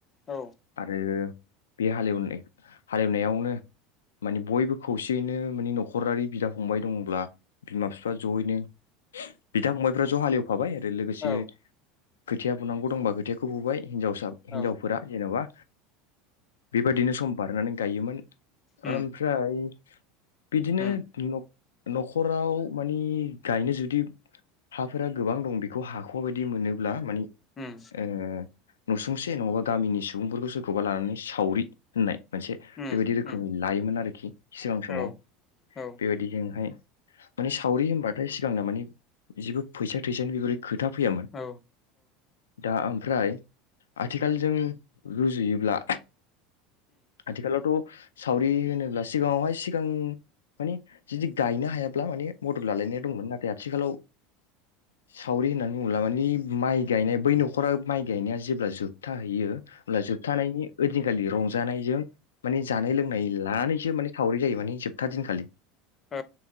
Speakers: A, on the left; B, on the left.
A: औ
B: आरो बे हालेवनाय हालेवनायावनो माने बयबो खौसेयैनो माने न'खरारि बिदा फंबाय दङब्ला बिमा बिफा जयैनो बिदा फंबायफ्रा ज' हालेव फाबाय आरो लोगोसे
A: औ
B: खोथिया बुनां गौ दंबा खोथियाखौ बुबाय। हिनजावसा हिनजावफोरा
A: औ औ
B: जेन'बा बेबायदिनो सम बारनानै गायोमोन।
A: उम
B: ओमफ्राय बिदिनो
A: उम
B: न'ख न'खर फोराव माने गायनो जुदि हाफोरा गोबां दं बेखौ हाख'वा बायदि मोनोब्ला माने
A: उम
B: ए नसुंसे नङाबा गामिनि सुबुंफोरखौ सोरखौबा लानानै सावरि होननाय मोनसे
A: उम
B: बेबायदि रोखोमै
A: उम
B: लायोमोन आरोखि सिगां समाव
A: औ औ
B: बेबायदिजोंहाय माने सावरि होनबा थाय सिगांनो मानि जेबो फैसा थैसानि बेफोरबायदि खोथा फैयामोन।
A: औ उम औ
B: दा ओमफ्राय आथिखालजों रुजुयोब्ला आथिखालावथ' सावरि होनोब्ला सिगाङावहाय सि गां माने जिदि गायनो ब्ला माने मदद लालायनाय नाथाय आथिखालाव सावरि होननानै बुङोब्ला मानि माइ गायनाय बै न'खरा माइ गायनाया जेब्ला जोबथाहैयो होनब्ला जोबथानायनि ओइदिनखालि रंजानायजों माने जानाय लोंनाय लानानैसो माने सावरि जायो माने जोबथा दिनखालि
A: औ